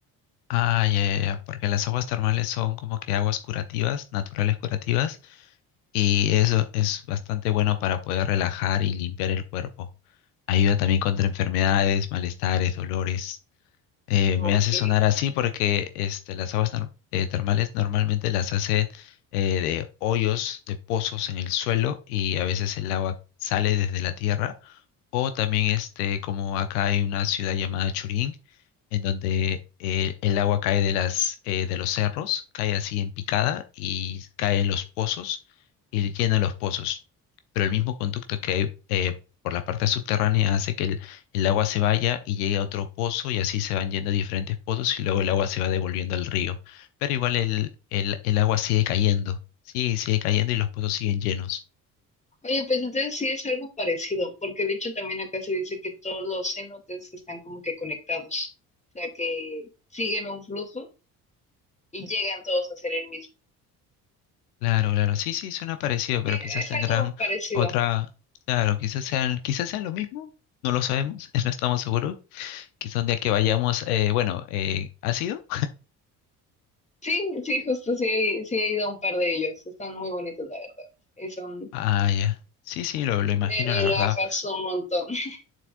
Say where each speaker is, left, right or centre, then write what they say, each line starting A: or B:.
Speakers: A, on the left; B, on the left.
A: Ah, ya, ya, ya, porque las aguas termales son como que aguas curativas, naturales curativas, y eso es bastante bueno para poder relajar y limpiar el cuerpo. Ayuda también contra enfermedades, malestares, dolores. eh,
B: Ok.
A: me hace sonar así porque este, las aguas nor- eh, termales normalmente las hacen eh, de hoyos, de pozos en el suelo y a veces el agua sale desde la tierra. O también este, como acá hay una ciudad llamada Churín, en donde eh, el agua cae de las, eh, de los cerros, cae así en picada y cae en los pozos y llena los pozos. Pero el mismo conducto que hay eh, por la parte subterránea hace que el agua se vaya y llegue a otro pozo y así se van yendo a diferentes pozos y luego el agua se va devolviendo al río. Pero igual el, el, el agua sigue cayendo, sigue, sigue cayendo y los pozos siguen llenos.
B: Oye, pues entonces sí es algo parecido, porque de hecho también acá se dice que todos los cenotes están como que conectados, o sea que siguen un flujo y llegan todos a ser el mismo.
A: Claro, claro, sí, sí, suena parecido, pero
B: Sí,
A: quizás
B: es
A: tendrán
B: algo parecido.
A: otra, claro, quizás sean, quizás sean lo mismo, no lo sabemos, <laughs> no estamos seguros. Quizás un día que vayamos, eh, bueno, eh, ¿ha sido?
B: Sí, sí, justo sí, he- sí he ido a un par de ellos, están muy bonitos la verdad, y son,
A: Ah, ya. Sí, sí, lo, lo imagino,
B: te relajas
A: la verdad.
B: un montón, <laughs>